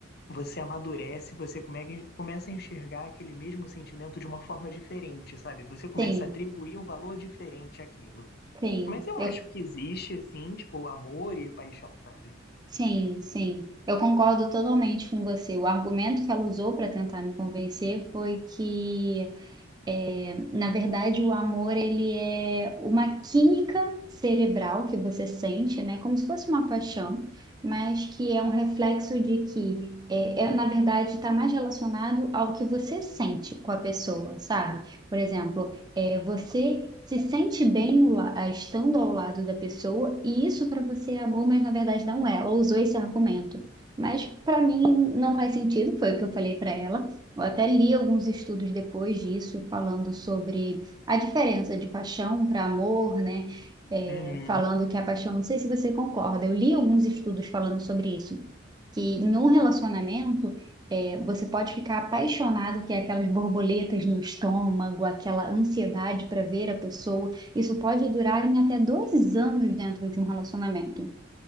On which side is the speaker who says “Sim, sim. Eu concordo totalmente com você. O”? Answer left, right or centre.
Right